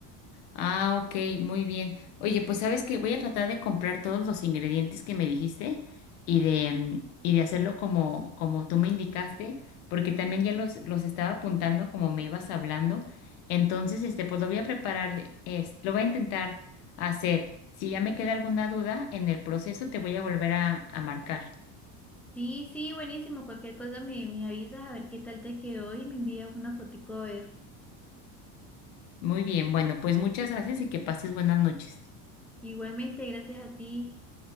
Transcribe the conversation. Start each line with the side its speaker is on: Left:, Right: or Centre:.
Left: Ah, ok, muy bien. Oye, pues sabes que voy a tratar de comprar todos los ingredientes que me dijiste y de, mm, y de hacerlo como, como tú me indicaste, porque también ya los, los estaba apuntando como me ibas hablando. Entonces, este, pues lo voy a preparar, de- es, lo voy a intentar hacer. Si ya me queda alguna duda en el proceso, te voy a volver a, a marcar.
Centre: Sí, sí, buenísimo, cualquier cosa me, me avisas a ver qué tal te quedó y me envías una fotico a ver.
Left: Muy bien, bueno, pues muchas gracias y que pases buenas noches.
Centre: Igualmente, gracias a ti.